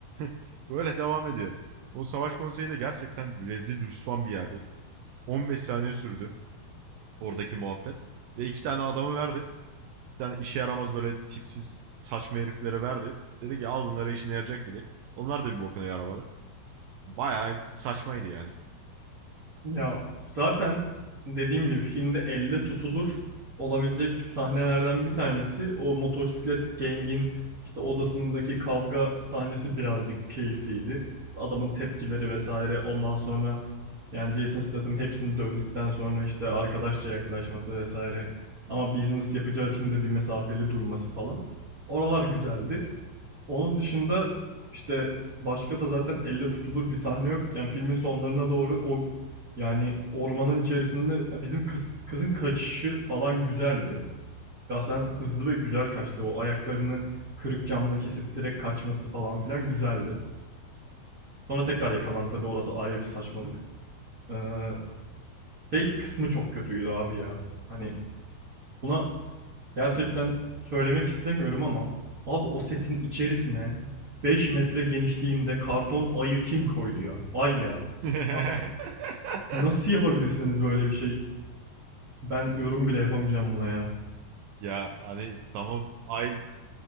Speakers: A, on the right; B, on the right.
A: <laughs> Böyle devam ediyor. O savaş konseyi de gerçekten rezil rüsvan bir yerdi. 15 saniye sürdü oradaki muhabbet. Ve iki tane adamı verdi. Bir tane işe yaramaz böyle tipsiz saçma heriflere verdi. Dedi ki al bunlara işine yarayacak dedi. Onlar da bir bokuna yaramadı. Bayağı saçmaydı yani.
B: Ya zaten dediğim gibi filmde elle tutulur olabilecek sahnelerden bir tanesi o motosiklet gengin işte odasındaki kavga sahnesi birazcık keyifliydi. İşte adamın tepkileri vesaire ondan sonra yani Jason Statham hepsini dövdükten sonra işte arkadaşça yaklaşması vesaire ama business yapacağı için de bir mesafeli durması falan. Oralar güzeldi. Onun dışında işte başka da zaten elle tutulur bir sahne yok. Yani filmin sonlarına doğru o yani ormanın içerisinde bizim kız, kızın kaçışı falan güzeldi. Şahsen hızlı ve güzel kaçtı. O ayaklarını kırık camla kesip direkt kaçması falan filan güzeldi. Sonra tekrar yakalan tabii orası ayrı bir saçmalık. Ee, şey kısmı çok kötüydü abi ya. Hani buna Gerçekten söylemek istemiyorum ama abi o setin içerisine 5 metre genişliğinde karton ayı kim koydu ya? Ay ya.
A: <laughs>
B: Abi nasıl yapabilirsiniz böyle bir şey? Ben yorum bile yapamayacağım buna ya.
A: Ya hani tamam ay